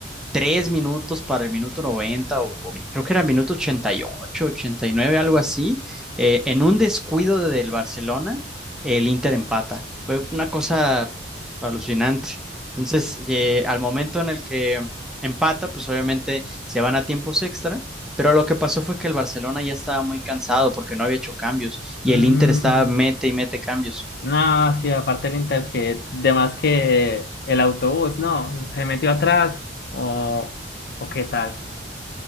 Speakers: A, in the centre; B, on the left.
A: tres minutos para el minuto 90, o, o creo que era minuto ochenta ochenta y ocho, ochenta y nueve, algo así, eh, en un descuido de- del Barcelona, el Inter empata. Fue una cosa alucinante. Entonces, eh, al momento en el que empata, pues obviamente se van a tiempos extra. Pero lo que pasó fue que el Barcelona ya estaba muy cansado porque no había hecho cambios y
B: Mm,
A: el Inter estaba mete y mete cambios.
B: no, sí, aparte el Inter, que de más que el autobús, no, se metió atrás o, o qué tal.